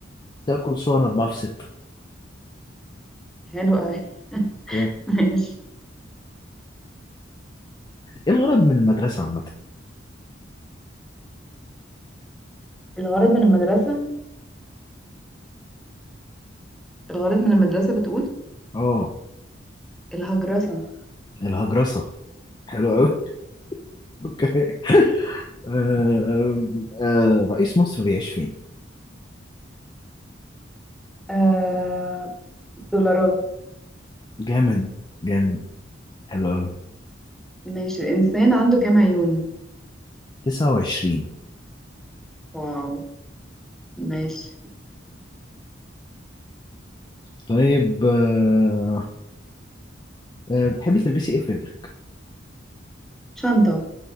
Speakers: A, on the left (about 25°); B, in the centre.
A: تاكل صور أربعة في ستة
B: حلو قوي
A: أوكي
B: <laughs> ماشي
A: إيه الغرض من المدرسة عامة؟
B: الغرض من المدرسة الغرض من المدرسة بتقول
A: آه
B: الهجرسة
A: الهجرسة حلو قوي <laughs> اوكي آه آه رئيس مصر بيعيش فين
B: آه... دولارات
A: جامد جامد حلو قوي
B: ماشي الإنسان عنده كام عيون
A: 29
B: واو ماشي
A: طيب آه آه بتحبي تلبسي ايه في رجلك
B: شنطة <laughs>